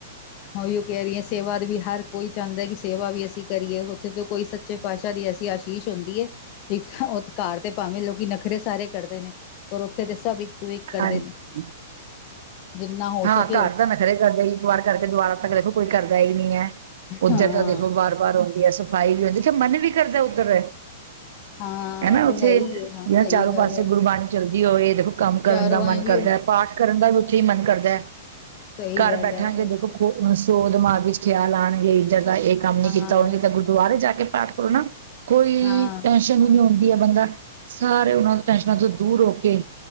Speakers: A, on the left; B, on the right.
A: ਉਹੀ ਕਹਿ ਰਹੀ ਹੈ। ਸੇਵਾ ਦਾ ਵੀ ਹਰ ਕੋਈ ਚਾਹੁੰਦਾ। ਕਿ ਸੇਵਾ ਵੀ ਅਸੀਂ ਕਰੀਏ, ਉੱਥੇ ਤੋਂ ਕੋਈ ਸੱਚੇ ਪਾਤਸ਼ਾਹ ਐਸੀ ਆਸ਼ੀਸ਼ ਹੁੰਦੀ ਹੈ। ਇੱਕ ਉਹ ਕਾਰ ਤੇ ਭਾਵੇਂ, ਲੋਕ ਨਖਰੇ ਸਾਰੇ ਕਰਦੇ ਨੇ, ਪਰ ਉੱਥੇ ਤੇ ਸਭ ਇੱਕ ਤੂੰ ਇੱਕ ਕਰਦੇ
B: ਹਾਂਜੀ
A: ਨੇ। ਜਿੰਨਾ ਹੋ
B: ਹਾਂ
A: ਸਕ
B: ਘਰ ਤਾਂ ਨਖਰੇ ਕਰਦੇ ਇੱਕ ਵਾਰ ਕਰਕੇ ਦੁਬਾਰਾ ਤੱਕ ਦੇੇਖੋ ਕੋਈ ਕਰਦਾ ਹੀ ਨਹੀਂ ਹੈ ਉੱਧਰ
A: ਹਾਂ
B: ਤਾਂ ਦੇਖੋ ਬਾਰ ਬਾਰ ਆੁੰਂਦੀ ਹੈ ਸਫ਼ਾਈ ਵੀ ਹੁੰਦੀ ਜਥੇ ਮਨ ਵੀ ਕਰਦਾ ਉੱਧਰ
A: ਹਾਂ
B: ਹਨਾ
A: ਉਹ ਤੇ
B: ਉੱਥੇ
A: ਹੈ ਹੀ
B: ਜਿਹੜਾ
A: ਹੈ। ਹਾਂ ਸਹੀ
B: ਚਾਰੋ
A: ਗੱਲ
B: ਪਾਸੇ
A: ਹੈ
B: ਗੁਰਬਾਣੀ ਚੱਲਦੀ ਹੋਵੇ ਦੇਖੋ ਕੰਮ ਕਰਨ
A: ਚਾਰੋਂ
B: ਦਾ ਮਨ
A: ਆਏ ਵੀ
B: ਕਰਦਾ ਹੈ ਪਾਠ ਕਰਨ ਦਾ ਵੀ ਉੱਥੇ ਹੀ ਮਨ ਕਰਦਾ ਹੈ
A: ਸਹੀ
B: ਘਰ
A: ਗੱਲ
B: ਬੈਠਾਂਗੇ
A: ਹੈ ਓਕੇ
B: ਦੇਖੋ ਖ ਸੋ ਦਿਮਾਗ ਵੀ ਖਿਆਲ ਆਉਣਗੇ ਇੱਧਰ ਦਾ ਇਹ ਕੰਮ ਨੀ
A: ਹਾਂ
B: ਕੀਤਾ ਹੋਣਗੇ ਤਾਂ ਗੁਰਦੁਆਰੇ ਜਾ ਕੇ ਪਾਠ ਕਰੋ ਨਾ ਕੋਈ
A: ਹਾਂ
B: ਟੈਸ਼ਨ ਹੀ ਨਹੀਂ ਆਉਂਦੀ ਹੈ ਬੰਦਾ ਸਾਰੇ ਉਹਨਾਂ ਦੇ ਟੈਸ਼ਨਾਂ ਤੋਂ ਦੂਰ ਹੋ ਕੇ